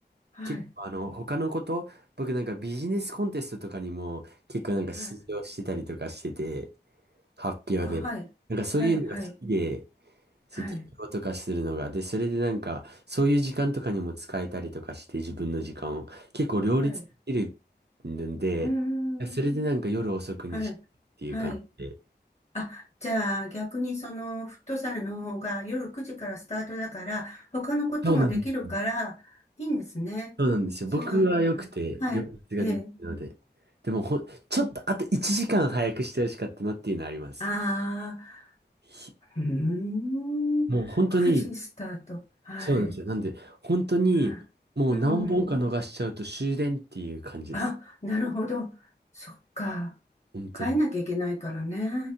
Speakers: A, on the left; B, on the right.
A: はい。
B: 結構あの、他のこと、僕なんかビジネスコンテストとかにも結構なんか出場してたりとかしてて、
A: はい。
B: 発表で。
A: あ、はい。
B: なんかそういうのが好きで、
A: はい。はい。
B: 式場とかするのが。
A: はい。
B: で、それでなんか、そういう時間とかにも使えたりとかして、自分の時間を。結構両立できるんで、
A: はい。うーん。
B: それでなんか夜遅くにしてっていう感じで。
A: はい。はい。あ、じゃあ逆にそのフットサルの方が夜9時からスタートだから、他のこともできるから、
B: そうなんですよ。
A: いいんですね。
B: そうなんですよ。
A: そう。
B: 僕は良くて、
A: はい。
B: 両立ができるので。
A: ええ。
B: でもほん、ちょっとあと1時間早くしてほしかったなっていうのはあります。
A: ああ、
B: ひ
A: うーん。
B: もう本当に、
A: 9時スタート。はい。
B: そうなんですよ。なんで、本当に、
A: は
B: もう何本か逃しちゃうと終電っていう感じです。
A: い。うん。あ、なるほど。そっか。
B: 本当に。
A: 変えなきゃいけないからね。